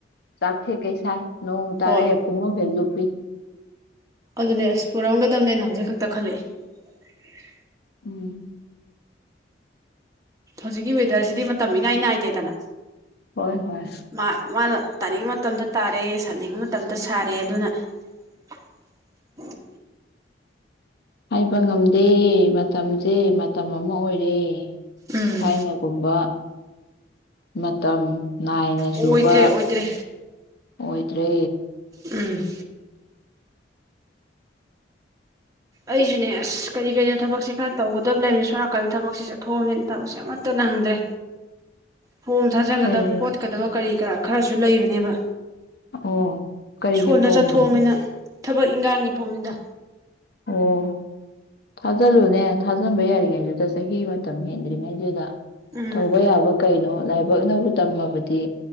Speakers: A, on the left; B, on the right.
A: ꯑꯥꯊꯦ ꯀꯩꯁꯥꯏ ꯅꯣꯡ ꯇꯥꯔꯦ
B: ꯍꯣꯏ
A: ꯄꯨꯡꯉ ꯐꯦꯂꯨ ꯄꯤ
B: ꯑꯗꯨꯅꯦ ꯑꯁ ꯄꯨꯔꯝꯒꯗꯕꯅꯦꯅ ꯍꯧꯖꯤꯛ ꯈꯛꯇ ꯈꯜꯂꯛꯏ
A: ꯎꯝ
B: ꯍꯧꯖꯤꯛꯀꯤ ꯋꯦꯗꯔꯖꯤꯗꯤ ꯃꯇꯝ ꯏꯅꯥꯏ ꯅꯥꯏꯗꯦꯗꯅ
A: ꯍꯣꯏ ꯍꯣꯏ
B: ꯃꯥ ꯃꯥꯅ ꯇꯥꯅꯤꯡꯕ ꯃꯇꯝꯗ ꯇꯥꯔꯦ ꯁꯥꯅꯤꯡꯕ ꯃꯇꯝꯗ ꯁꯥꯔꯦ ꯑꯗꯨꯅ ꯎ <inaudible>
A: ꯍꯥꯏꯕ ꯉꯝꯗꯦ ꯃꯇꯝꯖꯦ ꯃꯇꯝ ꯑꯃ ꯑꯣꯏꯔꯦ
B: ꯎꯝ
A: ꯊꯥꯏꯅꯒꯨꯝꯕ ꯃꯇꯝ ꯅꯥꯏꯅ
B: ꯑꯣꯏꯗ꯭ꯔꯦ
A: ꯆꯨꯕ
B: ꯑꯣꯏꯗ꯭ꯔꯦ
A: ꯑꯣꯏꯗ꯭ꯔꯦ
B: ꯎꯝ ꯑꯩꯖꯨꯅꯦ ꯑꯁ ꯀꯔꯤ ꯀꯔꯤꯅꯣ ꯊꯕꯛꯁꯦ ꯈꯔ ꯇꯧꯒꯗꯕ ꯂꯩꯕꯅꯤ ꯁꯣꯅꯥꯀꯥꯟꯗ ꯊꯕꯛꯁꯦ ꯆꯠꯊꯣꯛꯑꯕꯅꯤꯅ ꯊꯕꯛꯁꯦ ꯑꯃꯠꯇ ꯅꯪꯗ꯭ꯔꯦ ꯐꯣꯝ ꯊꯥꯖꯤꯟꯒꯗꯕ
A: ꯀꯔꯤ
B: ꯈꯣꯠꯀꯗꯕ ꯀꯔꯤ ꯀꯔꯥ ꯈꯔꯁꯨ ꯂꯩꯕꯅꯦꯕ
A: ꯑꯣ ꯀꯔꯤꯒꯤ
B: ꯁꯣꯟꯗ
A: ꯐꯔꯣꯝꯅꯣ
B: ꯆꯠꯊꯣꯛꯑꯃꯤꯅ ꯊꯕꯛ ꯏꯟꯒꯥꯡꯒꯤ ꯐꯔꯣꯝꯅꯤꯗ
A: ꯑꯣ ꯊꯥꯖꯂꯨꯅꯦ ꯊꯥꯖꯟꯕ ꯌꯥꯔꯤꯉꯩꯗꯨꯗ ꯆꯍꯤ ꯃꯇꯝ ꯍꯦꯟꯗ꯭ꯔꯤꯉꯩꯗꯨꯗ
B: ꯎꯝ
A: ꯇꯧꯕ ꯌꯥꯕ ꯀꯩꯅꯣ ꯂꯥꯏꯕꯛꯅꯕꯨ ꯇꯝꯃꯕꯗꯤ